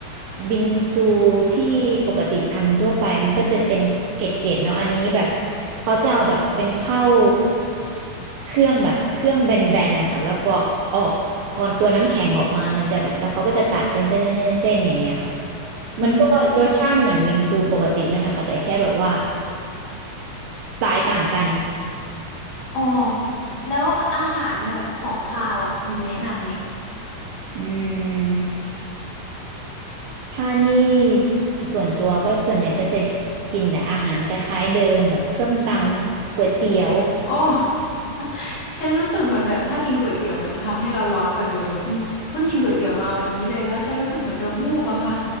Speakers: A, on the right; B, on the left.
A: บิงซูที่ปกติทำทั่วไปมันก็จะเป็นเกล็ดๆเนาะอันนี้แบบเขาจะเอาแบบเป็นข้าวเครื่องแบบเครื่องแบนๆนะคะแล้วพอออกพอตัวน้ำแข็งออกมามันจะแบบแล้วเขาก็จะตัดเป็นเส้นๆๆๆอย่างเงี้ยค่ะ
B: อื
A: มันก็รสชาติเหมือนบิงซูปกตินั่นแหละค่ะแต่แค่แบบว่า
B: ม
A: สไตล์ต่างกัน
B: อ๋อแล้วอาหารแบบของคาวอ่ะมีแนะนำไหม
A: อืมถ้านี่ส่วนตัวก็ส่วนใหญ่ก็จะกินแต่อาหารคล้ายๆเดิมแบบส้มตำก๋วยเตี๋ยว
B: โอ้ <laughs> ฉันรู้สึกเหมือนแบบถ้ากินก๋วยเตี๋ยวมันจะทำให้เราร้อนกว่าเดิมอะฉันเพิ่งกินก๋วยเตี๋ยวมาวันนี้เลยแล้วฉันรู้สึกเหมือนจะวูบอะค่ะ